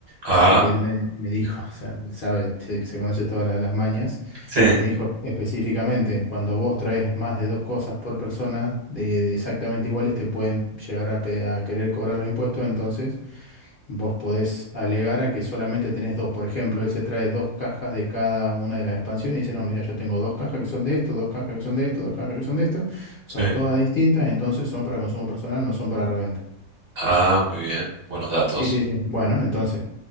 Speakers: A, on the right; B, on the left.
A: ah,
B: así que él me, me dijo, <laughs> o sea, sabe, se, se conoce todas la- las mañas,
A: sí,
B: me dijo específicamente, cuando vos traes más de dos cosas por persona de, de exactamente iguales, te pueden llegar a, pe- a querer cobrar los impuestos, entonces Vos podés alegar a que solamente tenés dos. Por ejemplo, él se trae dos cajas de cada una de las expansiones y dice, no, mira, yo tengo dos cajas que son de esto, dos cajas que son de esto, dos cajas que son de esto. Son
A: sí.
B: todas distintas, entonces son para consumo personal, no son para reventa.
A: Ah, muy bien, buenos datos.
B: Sí, sí, sí. Bueno, entonces,